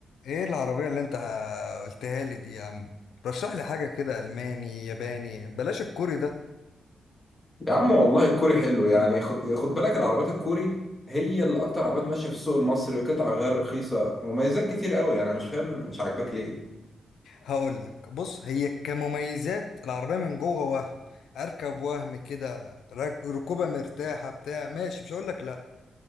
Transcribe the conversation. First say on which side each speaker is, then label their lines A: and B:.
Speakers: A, on the left (about 85°); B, on the left (about 15°).
A: ايه العربية اللي انت قلتها لي دي يا عم رشح لي حاجة كده ألماني ياباني بلاش الكوري ده
B: يا عم والله الكوري حلو يعني خد خد بالك العربيات الكوري هي اللي اكتر عربيات ماشيه في السوق المصري قطع غير رخيصه مميزات كتير قوي انا مش فاهم مش عاجباك ليه
A: هقول لك بص هي كمميزات العربية من جوه وهم أركب وهم كده رك- ركوبة مرتاحة بتاع ماشي مش هقول لك لأ